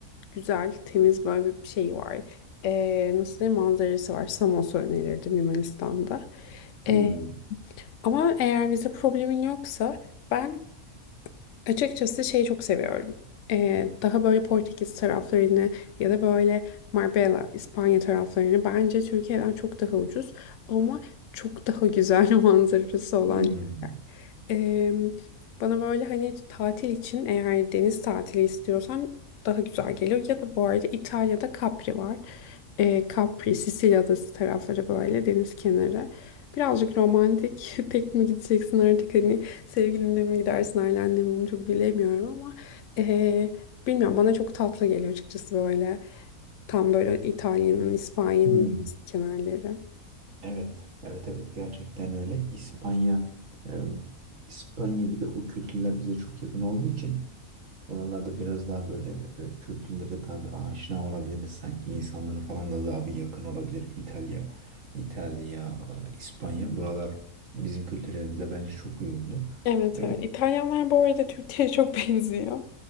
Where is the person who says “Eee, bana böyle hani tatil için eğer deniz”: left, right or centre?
Left